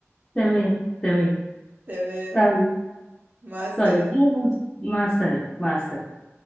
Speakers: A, on the left; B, on the right.
A: تمام تمام
B: تمام
A: طيب
B: مع السلامة
A: طيب يلا مع السلامة مع السلامة